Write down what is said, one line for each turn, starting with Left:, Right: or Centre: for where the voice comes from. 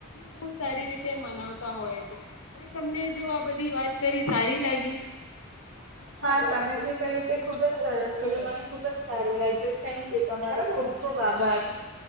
Left: ખૂબ સારી રીતે મનાવતા હોય છે. મે તમને જો આ બધી વાત કરી સારી લાગી.
Right: હા તમે જે કહ્યું તે ખુબ જ સરસ કહ્યું મને ખુબ જ સારું લાગ્યું થેન્ક યુ તમારો ખૂબ ખૂબ આભાર.
Left: Thank you.